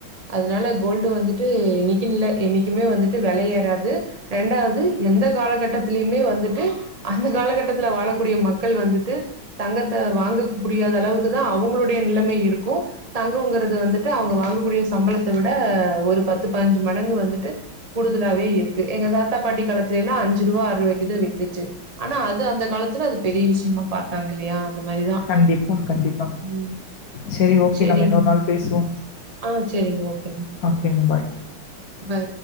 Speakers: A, on the right; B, on the left.
A: அதனால கோல்டு வந்துட்டு இன்னிக்கு இல்ல என்னைக்குமே வந்துட்டு வெல ஏறாது ரெண்டாவது எந்த காலகட்டத்திலுமே வந்துட்டு அந்த காலகட்டத்துல வாழக்கூடிய மக்கள் வந்துட்டு தங்க த்த வாங்க முடியாத அளவுக்கு தா அவுங்களுடைய நெலமை இருக்கு தங்கங்கறது வந்துட்டு அவுங்க வாங்ககூடிய சம்பளத்த விட ஒரு பத்து பாஞ்சு மடங்கு வந்துட்டு கூடுதலாவே இருக்கு எங்க தாத்தா பாட்டி காலத்துலல்லா அஞ்சி ரூவா ஆறு ரூவாய்குதா வித்துச்சு ஆனா அது அந்த காலத்துல அது பெரிய விஷயமா பாத்தாங்க இல்லையா அந்த மாரிதா
B: கண்டிப்பா கண்டிப்பா
A: ம்
B: செரி ஓகே
A: செரிங்க
B: நம்ம இன்னொரு நாள் பேசுவோ
A: ஆ செரிங்க ஓகேங்க
B: ஓகே பாய்
A: பாய்